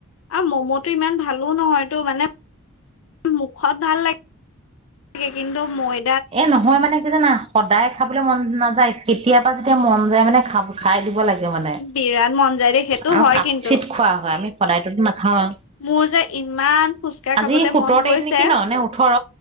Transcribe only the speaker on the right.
এ নহয় মানে কি জানা, সদায় খাবলে মন নাযায় কেতিয়াবা যেতিয়া মন যায় মানে খাব খায় দিব লাগে মানে,
আৰু
কাট
চিত খোৱা হয় আমি সদায়টোতো নাখাওঁ।
আজি
সোতৰ
তাৰিখ
নেকি ন নে ওঠৰ